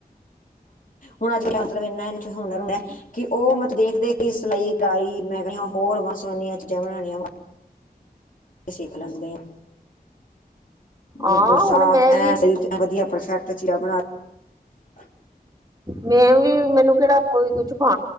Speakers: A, on the left; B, on the right.
A: ਹੁਣ ਅੱਜ-ਕੱਲ੍ਹ ਮਤਲਬ ਏਨਾ ਹੁਨਰ ਹੋਇਆ ਕਿ ਓ ਮਤ ਦੇਖਦੇ ਕੇ ਏਸ ਲਾਈਕ ਆਈ ਮੈਂ ਕੈਨੀ ਹੋਰ ਵੰਨ ਸਵੰਨੀਆਂ ਚੀਜ਼ਾਂ ਬਣਾਣੀਆਂ ਸਿੱਖ ਲੈਂਨੇ ਆ, ਮਤਲਬ
B: ਹਾਂ
A: ਸਾਫ਼
B: ਹੁਣ ਮੈਂ
A: ਐ
B: ਵੀ
A: ਵਧੀਆ ਪਰਫੈਕਟ, ਚੀਰਾ ਬਣਾ ਤਾਂ
B: ਮੈਂ ਵੀ, ਮੈਨੂੰ ਕਿਹੜਾ ਕੋਈ ਕੁਛ ਆਂ